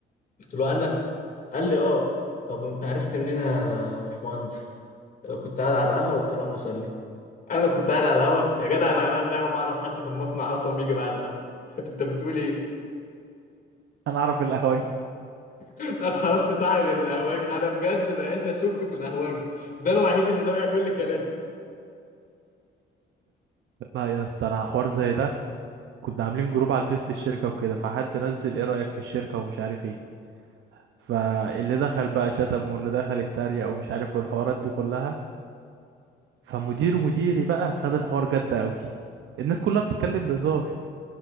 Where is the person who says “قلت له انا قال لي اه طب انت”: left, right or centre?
Left